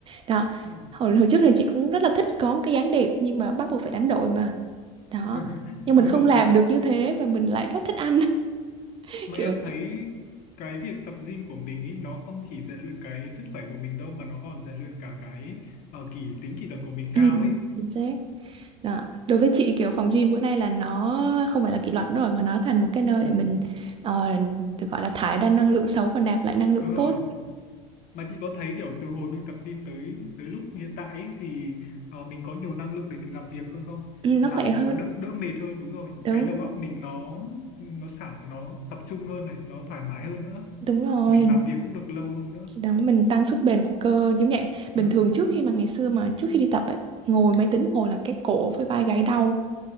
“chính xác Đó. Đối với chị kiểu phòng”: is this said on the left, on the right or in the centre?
Right